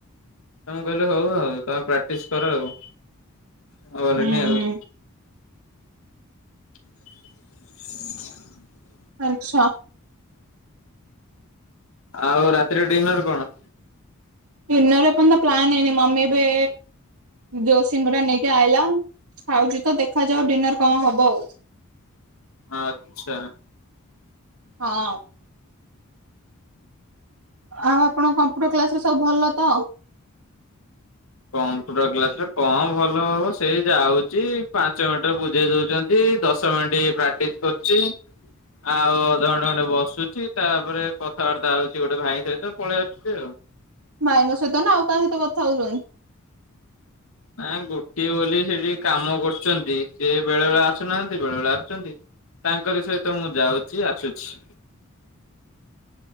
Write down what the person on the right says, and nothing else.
ହୁଁ
ହୁଁ
ଆଚଛା
ନୋ ରୂପନ୍ଦ ପ୍ଲାନ୍ନଇନି ମମୀ ବି ଜୋସିିଙ୍ଗ ଟା ନେଇକି ଆଇଲା ଖାଉଛି ତ ଦେଖାଯାଉ ଡିନର କଣ ହବ ଆଉ ହ
ହଁ ଆଉ ଆପଣଙ୍କ କମ୍ପ୍ୟୁଟର କ୍ଲାସ ରେ ସବୁ ଭଲ ତ ଆଉ
ଭାଇଙ୍କ ସହିତ ନା ଆଉ କାହା ସହିତ କଥା ହଉଛନ୍ତି
ଗ